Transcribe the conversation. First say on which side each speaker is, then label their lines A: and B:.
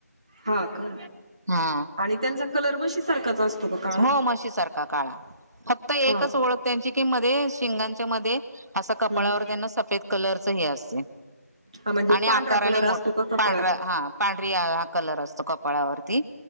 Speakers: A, on the right; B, on the right.
A: हा का
B: हा
A: आणि त्यांचा कलर म्हशी सारखाच असतो. का काळा?
B: हो मशी सारखा काळा फक्त एकच
A: हा
B: ओळख
A: का
B: त्यांची की मध्ये शिंगांच्या मध्ये असं कपाळावर
A: हम्म
B: त्यांना सफेद कलरच हे असतय
A: हा म्हणजे
B: आणि
A: पांढरा
B: आकाराने
A: कलर
B: मोठ
A: असतो का कपाळात?
B: पांढरा हा पांढरी हा कलर असतो कपाळावर ती